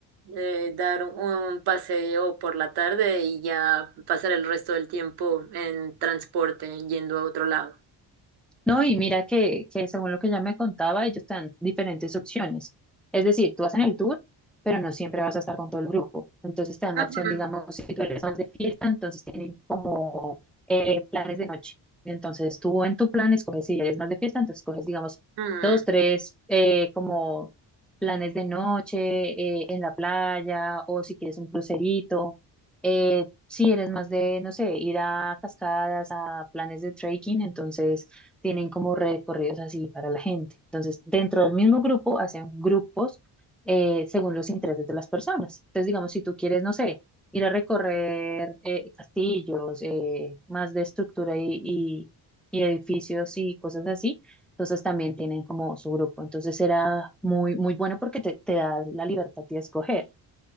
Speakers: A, on the right; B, in the centre.
A: eh, dar un, un paseo por la tarde y ya pasar el resto del tiempo en transporte yendo a otro lado.
B: No, y mira que, que según lo que ya me contaba, ellos te dan diferentes opciones. Es decir, tú vas en el tour, pero no siempre vas a estar con todo el grupo. Entonces te dan
A: Ujú,
B: la opción, digamos, si tú eres más de fiesta, entonces tienen como eh, planes de noche. Entonces tú en tu plan escoges, si eres más de fiesta, entonces coges, digamos,
A: mm,
B: dos, tres, eh, como planes de noche eh, en la playa o si quieres un crucerito. Eh, si eres más de, no sé, ir a cascadas, a planes de trekking, entonces tienen como recorridos así para la gente. Entonces, dentro del mismo grupo hacen grupos eh, según los intereses de las personas. Entonces, digamos, si tú quieres, no sé, ir a recorrer eh, castillos, eh, más de estructura y, y- y edificios y cosas así, entonces también tienen como su grupo. Entonces, era muy, muy bueno porque te, te da la libertad de escoger.